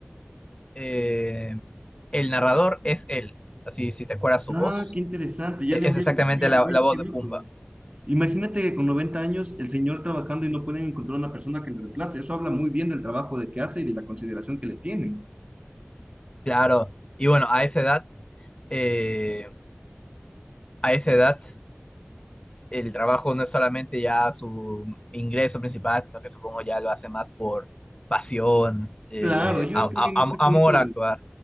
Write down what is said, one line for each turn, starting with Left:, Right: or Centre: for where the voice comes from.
Left: Eh, el narrador es él. Así, si te acuerdas su
Right: Ah,
Left: voz,
Right: qué interesante, ya
Left: e-
Right: le
Left: es
Right: voy
Left: exactamente
Right: a buscar.
Left: la,
Right: Oye,
Left: la voz
Right: qué loco.
Left: de Pumba.
Right: Imagínate que con 90 años el señor trabajando y no pueden encontrar una persona que le reemplace. Eso habla muy bien del trabajo de que hace y de la consideración que le tienen.
Left: Claro. Y bueno, a esa edad... eh, a esa edad el trabajo no es solamente ya su ingreso principal, sino que supongo ya lo hace más por pasión, eh,
Right: Claro, yo
Left: a-
Right: creo
Left: a-
Right: que en este
Left: am-
Right: punto,
Left: amor a actuar,